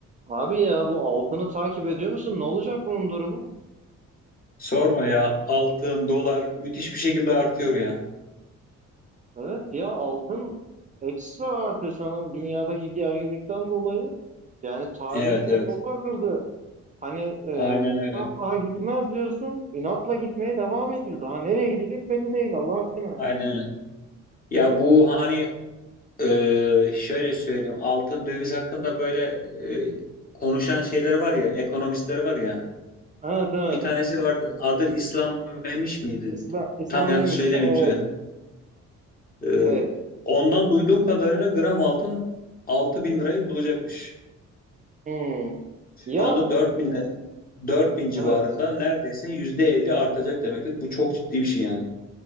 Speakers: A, on the right; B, on the left.
A: Abi ya bu altını takip ediyor musun? Ne olacak bunun durumu?
B: Sorma ya. Altın, dolar müthiş bir şekilde artıyor ya.
A: Evet ya altın ekstra artıyor sanırım dünyadaki gerginlikten dolayı. Yani tarihi
B: Evet evet.
A: rekorlar kırdı. Hani e,
B: Aynen
A: buradan
B: öyle.
A: daha gitmez diyorsun. İnatla gitmeye devam ediyor. Daha nereye gidecek belli değil Allah aşkına.
B: Aynen öyle. Ya bu hani e, şöyle söyleyeyim. Altın döviz hakkında böyle e, konuşan şeyler var ya. Ekonomistler var ya.
A: Evet evet.
B: Bir tanesi vardı. Adı İslam Memiş miydi?
A: İslam İslam
B: Tam yanlış
A: neymiş?
B: söylemeyeyim
A: <laughs> Evet
B: söyledim. E,
A: evet.
B: ondan duyduğum kadarıyla gram altın 6000 lirayı bulacakmış.
A: Hmm. Ya
B: Şu anda 4000 4000 civarında
A: evet.
B: neredeyse %50 artacak demektir. Bu çok ciddi bir şey yani.